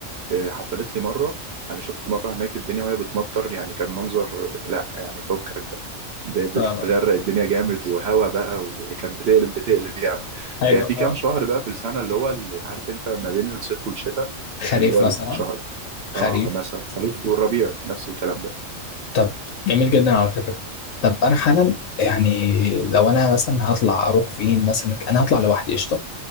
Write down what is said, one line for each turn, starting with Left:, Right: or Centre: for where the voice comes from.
Right: إيه، حصلت لي مره انا شفت مره هناك الدنيا وهي بتمطر يعني كان منظر لا يعني فكك بقى ده بتغرق
Left: فاهمة؟
Right: الدنيا جامد وهوا بقى وكانت بتقلب بتقلب يعني
Left: ايوه
Right: هي في
Left: فاهم
Right: كام شهر بقى في السنه اللي هو اللي عارف انت ما بين الصيف والشتاء
Left: خريف
Right: اللي هو
Left: مثلا
Right: الشهر
Left: خريف
Right: اه مثلا الخريف والربيع نفس الكلام برضه
Left: طب جميل جدا على فكرة طب انا حالا يعني لو انا مثلا هطلع اروح فين مثلا انا هطلع لوحدي قشطة